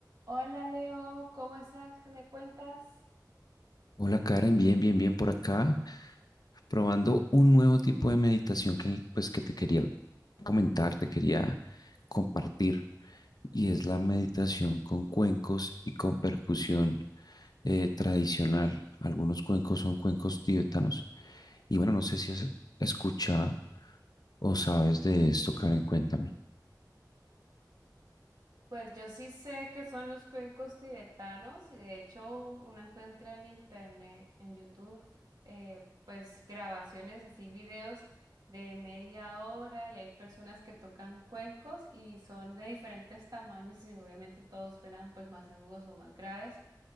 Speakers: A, on the right; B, on the left.
A: Hola Leo, ¿cómo estás? ¿Qué me cuentas?
B: Hola Karen, bien, bien, bien por acá, probando un nuevo tipo de meditación que, pues, que te quería comentar, te quería compartir, y es la meditación con cuencos y con percusión eh, tradicional. Algunos cuencos son cuencos tibetanos, y bueno, no sé si has escuchado o sabes de esto, Karen, cuéntame.
A: Pues yo sí sé que son los cuencos tibetanos y de hecho un- uno encuentra en internet, en YouTube, eh, pues grabaciones así, videos de media hora y hay personas que tocan cuencos y son de diferentes tamaños y obviamente todos suenan pues más agudos o más graves,